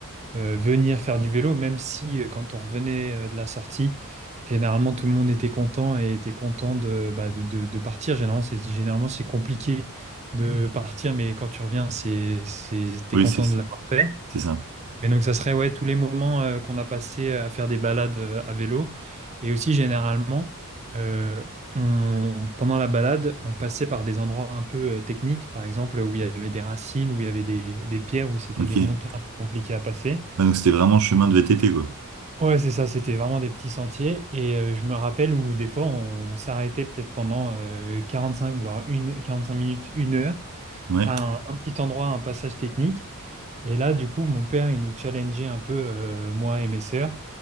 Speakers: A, on the right; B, on the right.
A: euh, venir faire du vélo, même si euh, quand on revenait euh, de la sortie, généralement tout le monde était content et était content de, bah, de, de- de partir. Généralement, c'est généralement c'est compliqué de partir, mais quand tu reviens, c'est, c'est, t'es
B: Oui,
A: content
B: c'est
A: de l'avoir fait.
B: c'est ça.
A: Mais donc, ça serait ouais, tous les moments euh, qu'on a passés à faire des balades euh, à vélo. Et aussi, généralement, euh, on- pendant la balade, on passait par des endroits un peu euh, techniques, par exemple, où il y avait des racines, où il y avait des, des pierres, où c'était
B: Ok.
A: des
B: Ouais,
A: montées un peu compliquées à passer.
B: donc c'était vraiment chemin de VTT, quoi.
A: Ouais, c'est ça, c'était vraiment des petits sentiers. Et euh, je me rappelle où des fois, on s'arrêtait peut-être pendant euh, 45, voire une, 45 minutes, une heure,
B: Ouais.
A: à un, un petit endroit, un passage technique. Et là, du coup, mon père, il nous challengeait un peu, euh, moi et mes sœurs